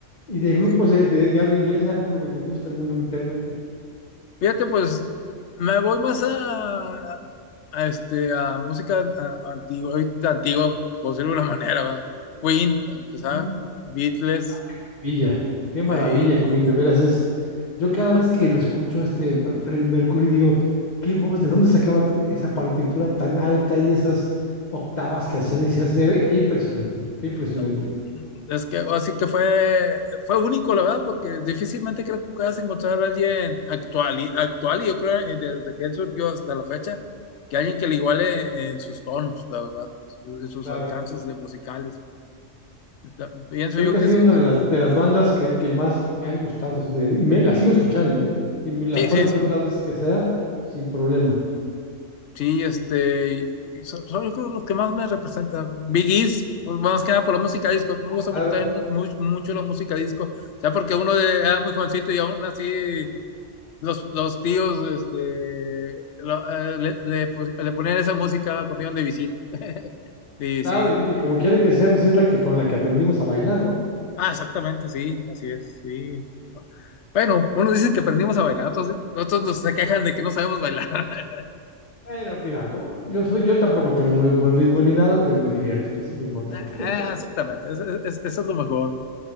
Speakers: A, on the left (about 35°); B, on the left (about 70°).
A: ¿Y de grupos
B: Sí,
A: eh, de, de habla inglesa, alguno que te gusta, algún intérprete?
B: Fíjate, pues me voy más a, a este, a música a- antigua, ahorita antigua, por decirlo de alguna manera, ¿va? Queen, a empezar,
A: Ujú.
B: Beatles,
A: Maravilla, qué maravilla,
B: eh, y, eh,
A: Queen, de veras es... Yo cada
B: no.
A: vez que lo escucho a este Freddie Mercury digo, qué voz, ¿de dónde sacaba t- esa partitura tan alta y esas octavas que hacía? Dice hacer, qué impresionante, qué impresionante.
B: No, mm, Es que así que fue, fue único, la verdad, porque difícilmente creo que puedas encontrar a alguien actual y, actual, y yo creo eh, desde que él surgió hasta la fecha, que alguien que le iguale en sus tonos, la verdad, en sus
A: Claro.
B: alcances de musicales. Ya, Pienso
A: Creo
B: yo
A: que
B: que
A: ha sido
B: sí,
A: una de las, de las bandas que, que más me han gustado de- y me, la sigo escuchando, ¿eh? Y me la
B: sí,
A: puedes
B: sí,
A: poner
B: sí,
A: las veces que sea sin problema.
B: sí, este, y y son, son, yo creo los que más me representan Biggies, más que nada por la música disco, me gusta
A: Claro.
B: mucho, también mu- mucho, mucho la música disco, o sea, porque uno de- era muy jovencito y aún así los, los tíos este, lo- eh, le, le pus- le ponían esa música cuando iban de visita. <laughs> Y
A: Claro,
B: sí.
A: y, y como quiera que sea, pues es la que con la que aprendimos a bailar, ¿no?
B: Ah, exactamente, sí, así es, sí. Bueno, unos dicen que aprendimos a bailar, otros, otros nos se quejan de que no sabemos bailar. <laughs>
A: Bueno, mira, lo- yo soy, yo tampoco tengo muy buen ritmo ni nada, pero me divierto, que eso es lo importante.
B: Ah,
A: <laughs>
B: exactamente, es- es- es- eso es lo mejor.